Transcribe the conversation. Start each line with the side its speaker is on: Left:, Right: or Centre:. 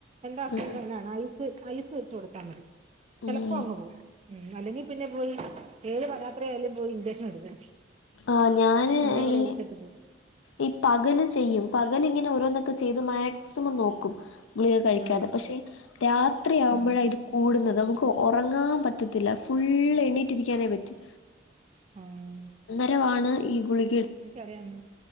Right: എന്റെ ഹസ്ബൻഡ്
Left: ഉം
Right: ഇങ്ങനാണ് ഐസ് ഐസ് വെച്ചു കൊടുത്താൽ മതി ചിലപ്പോ
Left: ഉം
Right: അങ്ങ് പോവും ഉം അല്ലെങ്കിൽ- പിന്നെ പോയി ഏത് പാരാത്രി ആയാലും പോയി ഇൻജക്ഷൻ എടുക്കും
Left: ആ ഞാന്
Right: എന്നെ കൂടെ
Left: ഈ
Right: വിളിച്ചിട്ട് പോവും
Left: ഇ പകല് ചെയ്യും പകൽ ഇങ്ങനെ ഓരോന്ന്- ഒക്കെ ചെയ്ത് മാക്സിമം നോക്കും ഗുളിക കഴിക്കാതെ
Right: ആഹ്
Left: പക്ഷെ രാത്രിയാവുമ്പോഴാ
Right: ആഹ്
Left: ഇത് കൂടുന്നത് നമുക്ക് ഉറങ്ങാൻ പറ്റത്തില്ല ഫുള്ള് എണീറ്റിരിക്കാനേ പറ്റു
Right: ആഹ്
Left: പകരമാണ് ഈ ഗുളി
Right: എനിക്കറിയാം